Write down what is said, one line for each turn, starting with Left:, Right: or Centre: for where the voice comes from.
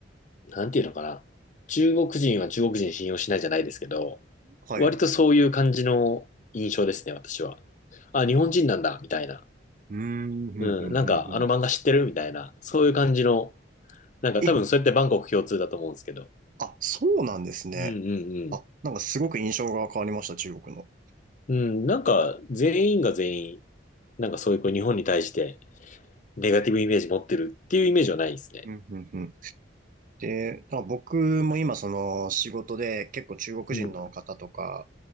Left: う、なんていうのかな。中国人は中国人信用しないじゃないですけど、
Right: はい。
Left: 割とそういう感じの印象ですね、
Right: う
Left: 私は。あ、日本人なんだ、みたいな。
Right: ーん、ふんふんふんふん。
Left: うん、なんかあの漫画知ってるみたいな。そういう感じの、なんか多分それってバンコク共通だと思うんですけど。
Right: え、あ、そうなんですね。
Left: うんう
Right: あ、
Left: ん
Right: なんかすごく印象が変わりました、中国の。
Left: うん。うん、なんか全員が全員、なんかそういうこう日本に対して、ネガティブイメージ持ってるっていうイメージはないですね。
Right: うん、うん、うん。で、まあ僕も今その仕事で結構中国人の方とか、
Left: うん。